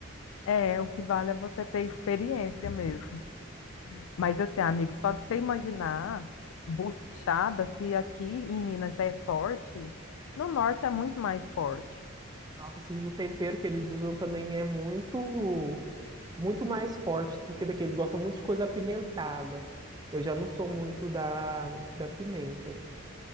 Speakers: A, on the left; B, on the right.
A: é, o que vale é você ter experiência mesmo. Mas assim, amigo, só de você imaginar buchada, se aqui em Minas já é forte, no norte é muito mais forte.
B: Nossa, assim, e o tempero que eles usam também é muito, muito mais forte do que daqui. Eles gostam muito de coisa apimentada. Eu já não sou muito da, da pimenta.